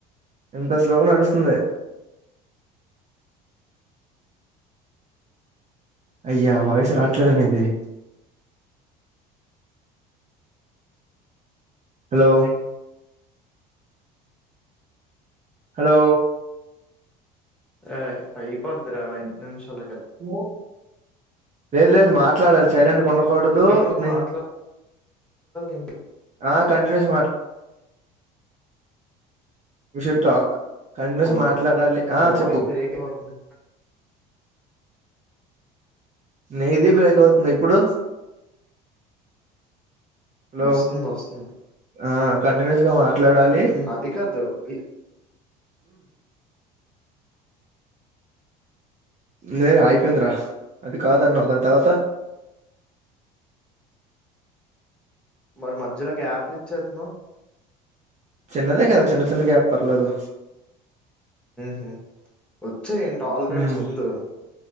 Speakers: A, on the right; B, in the centre.
A: ఇంత స్లోగా నడుస్తుంది అయ్యా వాయిస్ రాట్లే నిది హలో హలో
B: ఆ అయిపోద్రా నిషాల
A: హ లేదు లేదు మాట్లాడ సైలెంట్గా ఉండకూడదు
B: ఇప్పుడు కంటిన్యూస్
A: నేను
B: మాట్లాడాల ఏంటి
A: ఆ కంటిన్యూస్ విష టాక్ కంటిన్యూస్
B: హలో
A: మాట్లాడాలి
B: మీ
A: ఆ
B: వాయిస్
A: చెప్పు
B: బ్రేక్ అయిపోతుంది
A: నీ ఇది బ్రేక్ అవుతుంది ఇప్పుడు హలో
B: వస్తుంది వస్తు
A: ఆ కంటిన్యూస్ గా మాట్లాడాలి
B: అది కాదు ఈ
A: నేర అయిపోంద్ర అది కాదన్న అదంత తవాత
B: మరి మధ్యలో గ్యాప్లు ఇచ్చేతును
A: చిన్నదే కదా చిన్న చిన్న గ్యాప్ పర్లేదు
B: హ వచ్చే ఏంట ఆల్రెడీ
A: ఉమ్
B: ముందు